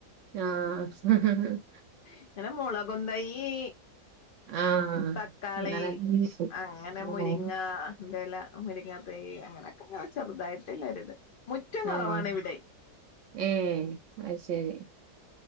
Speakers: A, on the right; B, on the left.
A: ആഹ്.
B: ഇങ്ങനെ മുളകും തയ്യി
A: ആഹ്
B: തക്കാളി,
A: അങ്ങനെ
B: അങ്ങനെ
A: ഇതൊക്കെ
B: മുരിങ്ങൻ്റെല. മരിങ്ങ തയ്യ്. അങ്ങനൊക്കെ ഇങ്ങനെ ചെറുതായിട്ടില്ല ഒരുത്. മുറ്റം
A: ആഹ്
B: കൊറവാണ് ഇവിടെ.
A: ഏഹ് അഹ് ശരി